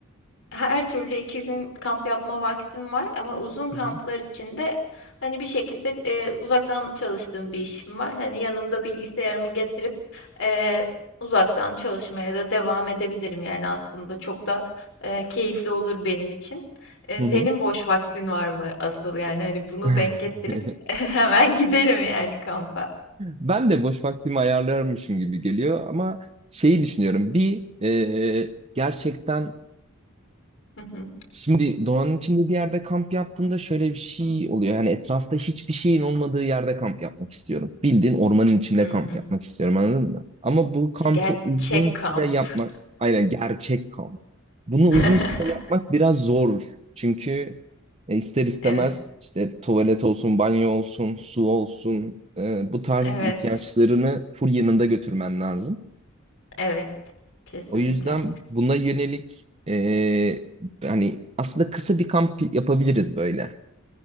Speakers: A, on the left; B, on the right.
A: Her türlü 2 gün kamp yapma vaktim var ama uzun kamplar
B: Hı hı.
A: içinde hani, bir şekilde, eee, uzaktan çalıştığım bir işim var. Hani, yanımda bilgisayarımı getirip, eee, uzaktan çalışmaya da devam edebilirim. Yani, aslında çok da, eee, keyifli olur benim için. Eee,
B: Hı
A: senin
B: hı.
A: boş vaktin var mı asıl? Yani, hani, bunu
B: <laughs>
A: denk getirip <laughs> hemen gidelim yani, kampa.
B: Ben de boş vaktimi ayarlarmışım gibi geliyor ama şeyi düşünüyorum. Bir e, gerçekten
A: Hı hı.
B: Şimdi doğanın içinde bir yerde kamp yaptığında şöyle bir şey oluyor. Yani etrafta hiçbir şeyin olmadığı yerde kamp yapmak istiyorum. Bildiğin ormanın içinde
A: Hı
B: kamp
A: hı.
B: yapmak istiyorum anladın mı? Ama bu kampı
A: Gerçek
B: uzun süre
A: kamp.
B: yapmak, aynen gerçek kamp. Bunu
A: <laughs>
B: uzun süre yapmak biraz zor. Çünkü e, ister istemez
A: Evet.
B: işte tuvalet olsun, banyo olsun, su olsun e, bu tarz
A: Evet.
B: ihtiyaçlarını full yanında götürmen lazım.
A: Evet. Kesinlikle.
B: O yüzden buna yönelik e, hani aslında kısa bir kamp yapabiliriz böyle.